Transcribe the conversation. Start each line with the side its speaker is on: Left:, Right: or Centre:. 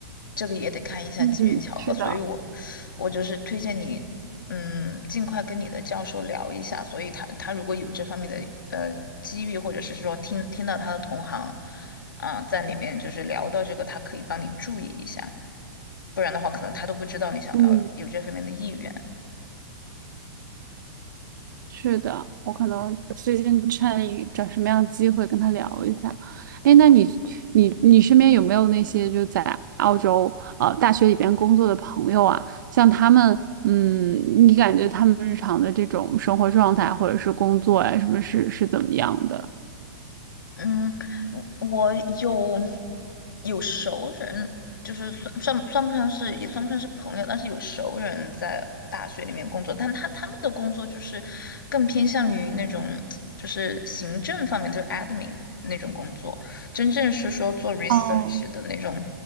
Left: 这个也得看一下机缘巧合。
Right: 嗯，是的。
Left: 所以我我就是推荐你，嗯，尽快跟你的教授聊一下。所以他他如果有这方面的呃机遇，或者是说听听到他的同行啊、在里面就是聊到这个，他可以帮你注意一下，不然的话，可能他都不知道你想要有这方面的意愿。
Right: 嗯。是的，我可能最近趁一找什么样的机会跟他聊一下。哎，那你你你身边有没有那些就在澳洲呃大学里边工作的朋友啊？像他们，嗯，你感觉他们日常的这种生活状态或者是工作呀、什么是是怎么样的？
Left: 嗯，我我有有熟人，就是算算算不上是也算不上是朋友，但是有熟人在大学里面工作，但他他们的工作就是更偏向于那种就是行政方面，就是 admin 那种工作，真正是说做 research
Right: 哦，
Left: 的那种